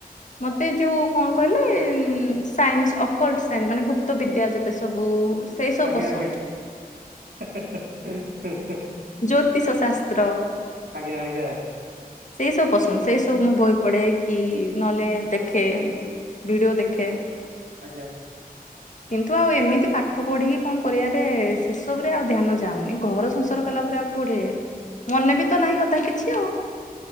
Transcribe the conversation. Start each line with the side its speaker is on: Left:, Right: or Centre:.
Left: ମତେ ଯୋଉ କଣ କହିଲେ ସାଇନ୍ସ ଅକଲଟ ସାଇନ୍ସ ମାନେ ଗୁପ୍ତ ବିଦ୍ୟା ଯେତେ ସବୁ ସେଇ ସବୁ
Right: ଆଜ୍ଞା
Left: ପସନ୍ଦ
Right: ଆଜ୍ଞା ହେଁ ହେଁ ହେଁ ହେଁ ହେଁ।
Left: ଜ୍ୟୋତିଷ ଶାସ୍ତ୍ର
Right: ଆଜ୍ଞା ଆଜ୍ଞା।
Left: ସେଇସବୁ ପସନ୍ଦ ସେଇସବୁ ମୁଁ ବହି ପଢେ କି ନହେଲେ ଦେଖେ। ଭିଡୁଓ ଦେଖେ।
Right: ଆଜ୍ଞା।
Left: <inaudible> କିନ୍ତୁ ଆଉ ଏମିତି ପାଠ ପଢିକି କଣ କରିଆରେ ସେସବୁ ରେ ଆଉ ଧ୍ୟାନ ଯାଉନି ଘର ସଂସାର କଲା ପରେ ଆଉ କୋଉଠେ ମନେ ବି ତ ନାହିଁ ଅଧା କିଛି ଆଉ।